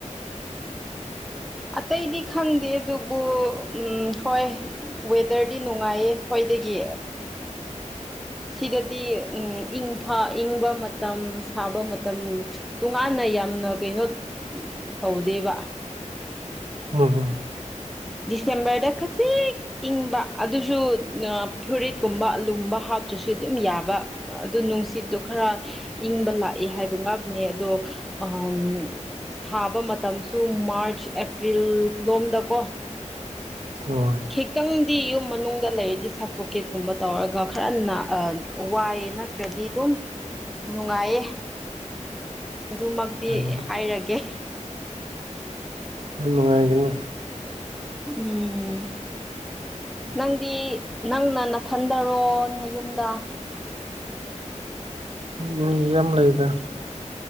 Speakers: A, in the centre; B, on the right.
A: ꯑꯇꯩꯗꯤ ꯈꯪꯗꯦ ꯑꯗꯨꯕꯨ ꯍꯣꯏ ꯋꯦꯗꯔꯗꯤ ꯅꯨꯡꯉꯥꯏꯌꯦ ꯈꯣꯏꯗꯒꯤ ꯁꯤꯗꯗꯤ ꯏꯪ ꯏꯪꯕ ꯃꯇꯝ ꯁꯥꯕ ꯃꯇꯝ ꯇꯣꯉꯥꯟꯅ ꯌꯥꯝꯅ ꯀꯩꯅꯣ ꯇꯧꯗꯦꯕ
B: ꯎꯝ
A: ꯗꯤꯁꯦꯝꯕꯔꯗ ꯈꯖꯤꯛ ꯏꯪꯕ ꯑꯗꯨꯁꯨ ꯐꯨꯔꯤꯠꯀꯨꯝꯕ ꯑꯂꯨꯝꯕ ꯍꯥ ꯨꯁꯨ ꯑꯗꯨꯝ ꯌꯥꯕ ꯑꯗꯨ ꯅꯨꯡꯁꯤꯠꯇꯣ ꯈꯔ ꯏꯪꯕ ꯂꯥꯛꯏ ꯍꯥꯏꯕ ꯉꯥꯛꯅꯦ ꯑꯗꯣ ꯎ ꯁꯥꯕ ꯃꯇꯝꯁꯨ ꯃꯥ꯭ꯔꯁ ꯑꯦꯄ꯭ꯔꯤꯜ ꯂꯣꯝꯗꯀꯣ
B: ꯍꯣꯏ
A: ꯈꯤꯇꯪꯗꯤ ꯌꯨꯝ ꯃꯅꯨꯡꯗ ꯂꯩꯔꯤꯗꯤ ꯁꯥꯄꯣꯀꯦꯠꯀꯨꯝꯕ ꯇꯧꯔꯒ ꯈꯔ ꯋꯥꯏ ꯅꯠꯇ꯭ꯔꯗꯤ ꯑꯗꯨꯝ ꯅꯨꯡꯉꯥꯏꯌꯦ ꯑꯗꯨꯃꯛꯇꯤ
B: ꯍꯣꯏ
A: ꯍꯥꯏꯔꯒꯦ
B: ꯌꯥꯝ ꯅꯨꯡꯉꯥꯏꯒꯅꯤ
A: ꯎꯝ ꯅꯪꯗꯤ ꯅꯪꯅ ꯅꯊꯟꯗꯔꯣꯅ ꯌꯨꯝꯗ
B: ꯃꯤ ꯌꯝ ꯂꯩꯗ